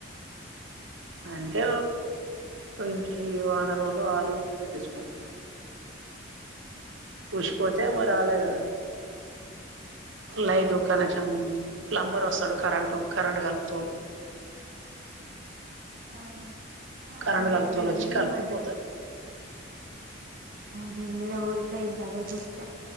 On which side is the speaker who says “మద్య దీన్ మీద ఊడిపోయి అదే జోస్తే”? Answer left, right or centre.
Right